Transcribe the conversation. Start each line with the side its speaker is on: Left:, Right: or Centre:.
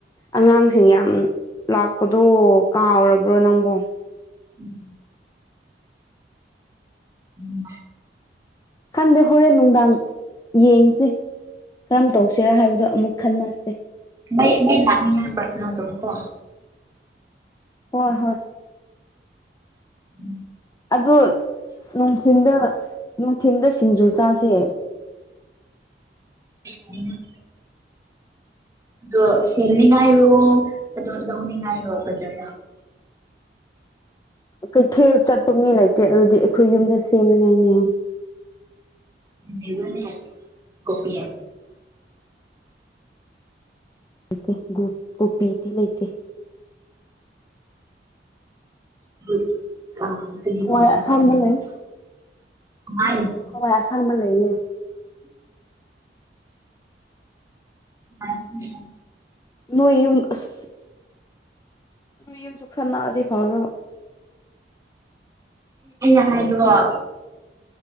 Left: ꯑꯉꯥꯡꯁꯤꯡ ꯌꯥꯝ ꯂꯥꯛꯄꯗꯣ ꯀꯥꯎꯔꯕ꯭ꯔꯣ ꯅꯪꯕꯣ
Right: ꯎꯝ ꯎꯝ
Left: ꯈꯪꯗꯦ ꯍꯣꯔꯦꯟ ꯅꯨꯡꯗꯥꯡ ꯌꯦꯡꯁꯦ ꯀꯔꯝ ꯇꯧꯁꯤꯔꯥ ꯍꯥꯏꯕꯗꯣ ꯑꯃꯨꯛ ꯈꯟꯅꯁꯦ
Right: ꯃꯩ ꯃꯩ ꯂꯥꯛꯅꯤꯉꯥꯏ ꯄ꯭ꯔꯊꯅꯥ ꯇꯧꯒꯦꯀꯣ
Left: ꯍꯣꯏ ꯍꯣꯏ
Right: ꯎꯝ
Left: ꯑꯗꯨ ꯅꯨꯡꯊꯤꯟꯗ ꯅꯨꯡꯊꯤꯟꯗ ꯁꯤꯡꯖꯨ ꯆꯥꯁꯦ
Right: ꯎꯝ ꯑꯣ ꯁꯦꯅꯤꯡꯉꯥꯏꯔꯣ ꯑꯗꯣ ꯂꯧꯅꯤꯡꯉꯥꯏꯔꯣ ꯐꯖꯅ
Left: ꯀꯩꯊꯦꯜ ꯆꯠꯄ ꯃꯤ ꯂꯩꯇꯦ ꯑꯗꯨꯗꯤ ꯑꯩꯈꯣꯏ ꯌꯨꯝꯗ ꯁꯦꯝꯃꯤꯉꯥꯏꯅꯦ
Right: ꯃꯕꯅꯤ ꯀꯣꯄꯤꯂ
Left: ꯂꯩꯇꯦ ꯒꯣ ꯒꯣꯄꯤꯗꯤ ꯂꯩꯇꯦ
Right: <unintelligible>
Left: ꯍꯋꯥꯏ ꯑꯁꯥꯡꯕ ꯂꯩ ꯍꯋꯥꯏ ꯑꯁꯥꯡ ꯃ ꯂꯩꯅꯦ
Right: ꯃꯥꯃꯦꯗꯥꯝ
Left: ꯅꯣꯏ ꯌꯨꯝ ꯑꯁ ꯅꯣꯏ ꯌꯨꯝꯁꯨ ꯈꯔ ꯅꯥꯑꯗꯗꯤ ꯐꯥꯎꯅꯕ
Right: ꯍꯥꯏ ꯋꯥ